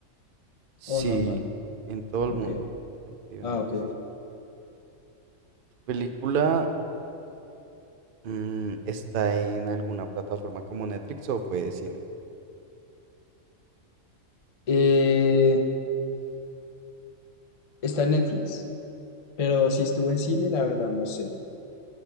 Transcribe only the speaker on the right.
Sí,
en todo el
mundo. Ahí te doy una
pista.
¿Tu película mm, está en alguna plataforma como Netflix o fue de cine?